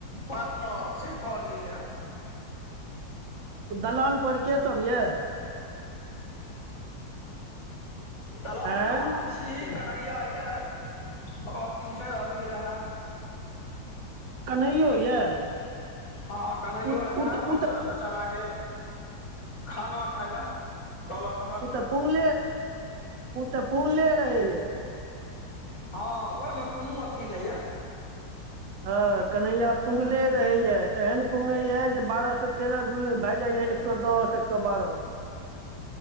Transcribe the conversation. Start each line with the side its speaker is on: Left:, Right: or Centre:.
Left: पार्टनर शेखर जे यए
Right: दलान पर के सब यऽ
Left: दलानपर
Right: आँय
Left: हम छी कन्हैया यए और तीन चारि आदमी रहै
Right: कनहियो यऽ
Left: हँ कन्इयो
Right: उ
Left: रहै
Right: उ तऽ उ
Left: अब तऽ गेल खाना खााय ल कहल
Right: ओ तऽ पु्गले ओ तऽ पुङ्गले रहैए
Left: हँ ओहिमे कोनो अथी नहि यऽ
Right: ह कनहिया पुगले रहेएे एहन पुंगे ये जे बारह स तेरह गुण भए जाइया एक सए दस एक सए बारह